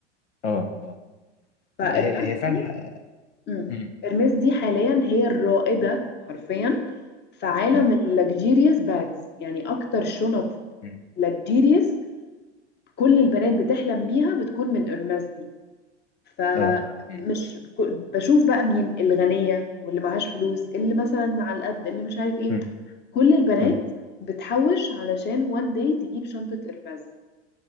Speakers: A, on the left; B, on the left.
A: اه اه
B: فإرماس
A: هي هي فعلا
B: دي
A: ح-
B: مم.
A: مم.
B: إرماس دي حاليا هي الرائدة حرفيا في عالم
A: مم.
B: اللكجيريوس باجز يعني أكتر شنط
A: مم.
B: لكجيريوس كل
A: مم.
B: البنات بتحلم بيها بتكون من إرماس دي فمش
A: اه مم.
B: ك- بشوف بقى مين الغنية واللي معهاش فلوس اللي مثلا على القد اللي مش عارف ايه
A: مم.
B: كل البنات
A: مم.
B: بتحوش علشان وان داي تجيب شنطة إرماس